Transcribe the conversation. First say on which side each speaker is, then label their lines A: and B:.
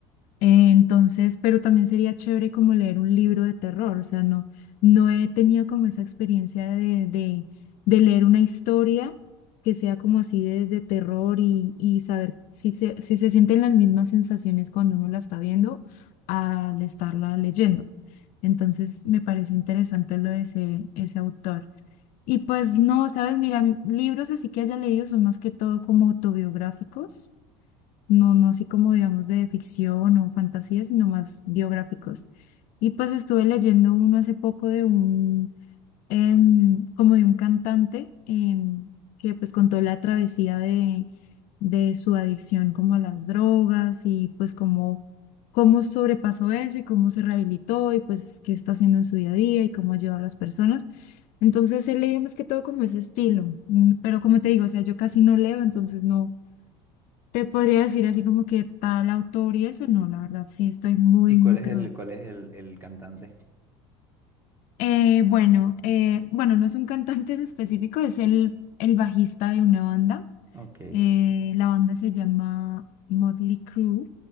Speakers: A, on the left; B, on the right.
A: Eh, Entonces, pero también sería chévere como leer un libro de terror, o sea, no, no he tenido como esa experiencia de, de, de leer una historia que sea como así de, de terror y, y saber si se, si se sienten las mismas sensaciones cuando uno la está viendo al estarla leyendo. Entonces, me parece interesante lo de ese, ese autor. Y pues no, sabes, mira, mi- libros así que haya leído son más que todo como autobiográficos no, no así como digamos de ficción o fantasía, sino más biográficos. Y pues estuve leyendo uno hace poco de un, em, como de un cantante em, que pues contó la travesía de, de su adicción como a las drogas y pues cómo, cómo sobrepasó eso y cómo se rehabilitó y pues qué está haciendo en su día a día y cómo ayuda a las personas. Entonces he leído más que todo como ese estilo, mm, pero como te digo, o sea, yo casi no leo, entonces no. Te podría decir así como que tal autor y eso, no, la verdad, sí estoy muy,
B: ¿Y cuál
A: muy
B: es
A: cruda.
B: el, cuál es el, el cantante?
A: Eh, bueno, eh, bueno, no es un cantante en específico, es el, el bajista de una banda.
B: Ok,
A: Eh, la banda se llama Motley Crue,